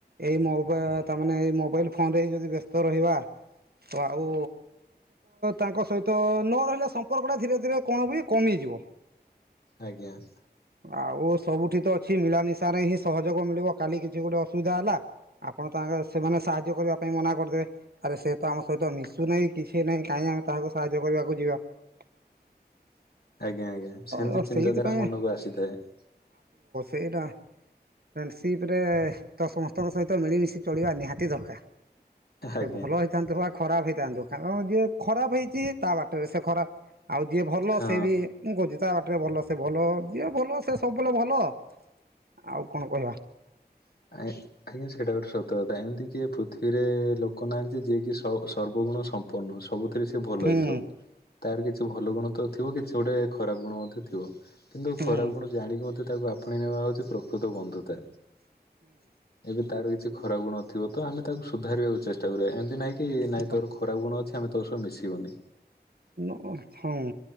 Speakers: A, on the right; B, on the left.
A: ଏଇ ମୋ ତା ମେ ଏଇ ମୋବାଇଲ ଫୋନରେ ଯଦି ବ୍ୟସ୍ତ ରହିବା ତ ଆଉ। ତାଙ୍କ ସହିତ ନ ରହିଲା ସମ୍ପର୍କ ଟା ଧୀରେ ଧୀରେ କଣ ବି କମିଯିବ।
B: ଆଜ୍ଞା ।
A: ଆଉ ସବୁଠି ତ ଅଛି ମିଳାମିଶା ରେ ହିଁ ସହଯୋଗ ମିଳିବ କାଲି କିଛି ଗୋଟେ ଅସୁବିଧା ହେଲା ଆପଣ ତ ଆଗେ ସେମାନେ ସାହାଯ୍ୟ କରିବା ପାଇଁ ମନା କରିଦେବେ ଆରେ ସେ ତ ଆମ ସହିତ ମିଶୁ ନାହିଁ କିଛି ନାହିଁ କାଇଁ <unintelligible> ତାହାକୁ ସାହାଯ୍ୟ କରିବାକୁ ଯିବା ।
B: <inaudible> ଆଜ୍ଞା ଆଜ୍ଞା ସେମିତି
A: ତ
B: ଚିନ୍ତାଧାରା
A: ସେଇଥିପାଇଁ
B: ମନକୁ ଆସିଥାଏ ।
A: ଏଇଟା । ଫ୍ରେଣ୍ଡସିପ୍ ରେ ତ ସମସ୍ତଙ୍କ ସହିତ ମିଳିମିଶି ଚଳିବା ନିହାତି ଦରକାର । ସେ
B: ଆଜ୍ଞା।
A: ଭଲ ହେଇଥାନ୍ତୁ ବା ଖରାପ ହେଇଥାନ୍ତୁ ତାଙ୍କ ଯିଏ ଖରାପ ହେଇଚ଼ି ତା ବାଟରେ ସେ ଖରାପ ଆଉ ଯିଏ ଭଲ
B: ହଁ
A: ସେ ବି ମୁଁ କହୁଚ଼ି ତା ବାଟରେ ଭଲ ସେ ଭଲ ଯିଏ ଭଲ ସେ ସବୁବେଳେ ଭଲ । ଆଉ କଣ କହିବା?
B: ଆଏ ଆଜ୍ଞା ସେଟା ଗୋଟେ ସତ କଥା ଏମିତି କିଏ ପୃଥିବୀରେ ଲୋକ ନାହାନ୍ତି ଯିଏକି ସୁ ଆଉ ସର୍ବଗୁଣ ସମ୍ପୁର୍ଣ୍ଣ ନ ସବୁଥିରେ ସେ ଭଲ
A: ହୁଁ
B: ହେଇଥିବ ତାର କିଛି ଭଲ ଗୁଣ ତ ଥି ଥିବ କିଛି ଗୋଟେ ଖରାପ ଗୁଣ ମଧ୍ୟ ଥି ଥିବ କିନ୍ତୁ
A: ହୁଁ
B: ଖରାପ ଗୁଣ ଜାଣିକି ମଧ୍ୟ ତା ତାକୁ ଆପଣେଇ ନେବା ହଉଚ଼ି ପ୍ରକୃତ ବନ୍ଧୁତା ଏବେ ତାର କିଛି ଖରାପ ଗୁଣ ଥିବ ତ ଆମେ ତାକୁ ସୁଧାରିବାକୁ ଚେଷ୍ଟା କରିବା ଏମିତି ନାଇଁ କି ନାଇଁ
A: ହୁଁ
B: ତୋର ଖରାପ ଗୁଣ ଅଛି ଆମେ ତୋ ସହ ମିଶିବୁନି ।
A: ନ ଅ ହଉଁ